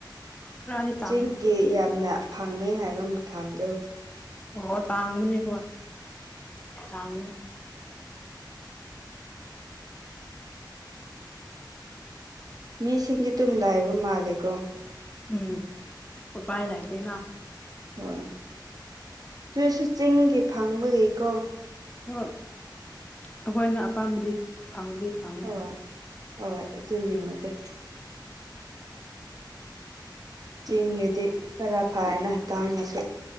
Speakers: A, on the left; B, on the right.
A: ꯈꯔꯗꯤ ꯇꯥꯡ
B: ꯆꯤꯡꯒꯤ ꯌꯥꯝꯅ ꯐꯪꯉꯦ ꯍꯥꯏꯕ ꯃꯐꯝꯗꯨ
A: ꯑꯣ ꯇꯥꯡꯕꯅꯦ ꯍꯣꯏ ꯇꯥꯡꯕꯅꯦ
B: ꯃꯤꯁꯤꯡꯗꯤ ꯇꯨꯝ ꯂꯥꯛꯏꯕ ꯃꯥꯜꯂꯦꯀꯣ
A: ꯎꯝ ꯎꯄꯥꯏ ꯂꯩꯥꯇꯦꯅ
B: ꯍꯣꯏ ꯇꯨꯏꯁꯨ ꯆꯤꯡꯒꯤ ꯐꯪꯕꯒꯤꯀꯣ
A: ꯍꯣꯏ ꯑꯩꯈꯣꯏꯅ ꯑꯄꯥꯝꯕꯗꯤ ꯐꯪꯕꯗꯤ ꯐꯪꯅꯦ
B: ꯍꯣꯏ ꯍꯣꯏ ꯑꯗꯨꯒꯤꯅꯤꯗ ꯆꯤꯡꯒꯤꯗꯤ ꯈꯔ ꯐꯥꯏꯅ ꯇꯥꯡꯉꯁꯨ